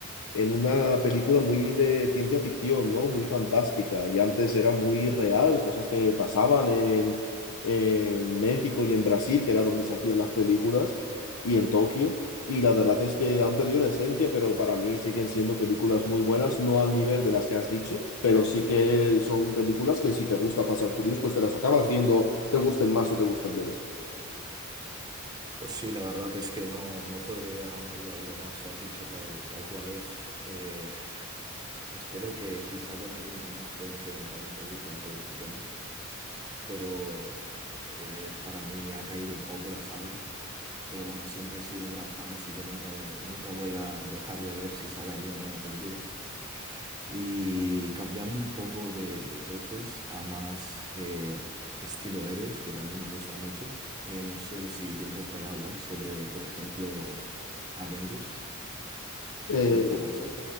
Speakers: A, on the left; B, on the right.
A: en una película muy de ciencia ficción, ¿no? Muy fantástica. Y antes era muy real, cosas que pasaban en, en México y en Brasil, que era donde se hacían las películas, y en Tokio. Y la verdad es que han perdido la esencia, pero para mí siguen siendo películas muy buenas, no al nivel de las que has dicho, pero sí que son películas que si te gusta Fast and Furious, pues te las acabas viendo, te gusten más o te gusten menos.
B: Pues sí, la verdad es que no, no podría añadir algo más, lo has dicho tal, tal cual es. Eh, espero que si saquen alguna más puedan remontar un poco con todo este tema, pero eh, para mí ha caído un poco la saga, pero bueno, siempre he sido un gran fan, así que nunca, de- nunca voy a dejar de ver si sale alguna nueva película. Y cambiando un poco de, de coches a más eh, estilo héroes, que también me gusta mucho. Eh, no sé si te importará hablar sobre, por ejemplo, Avengers, que
A: Eh,
B: es muy famosa.